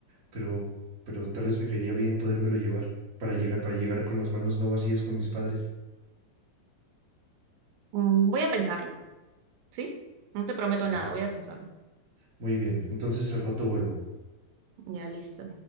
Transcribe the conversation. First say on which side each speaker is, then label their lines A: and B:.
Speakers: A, on the right; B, on the right.
A: pero, pero tal vez me caería bien podérmelo llevar para llegar, para llegar con las manos no vacías con mis padres.
B: Mm, voy a pensarlo, ¿sí? No te prometo nada,
A: Ah,
B: voy a pensarlo.
A: Muy bien, entonces al rato vuelvo.
B: Ya, listo.